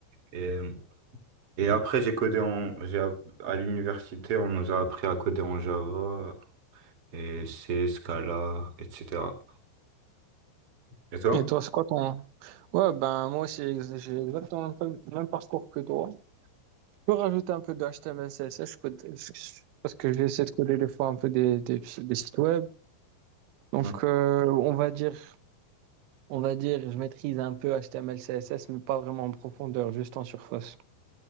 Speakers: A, on the right (about 45°); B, on the right (about 80°).
A: Et, et après, j'ai codé en, j'ai, app- à l'université, on nous a appris à coder en Java, et c'est Scala, etc. Et toi?
B: Et toi, c'est quoi ton... Ouais, ben moi aussi, ex- j'ai exactement le même même parcours que toi. Je peux rajouter un peu de HTML, CSS, je code... je- parce que j'essaie de coder des fois un peu des, des, des sites web. Donc,
A: Mm.
B: euh, on va dire, on va dire, je maîtrise un peu HTML, CSS, mais pas vraiment en profondeur, juste en surface.